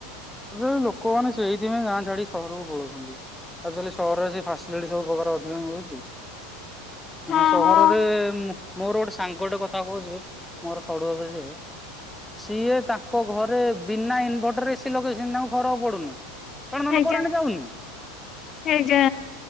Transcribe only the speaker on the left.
ହଁ
ହଁ
ହେଇଯା
ହେଇଯ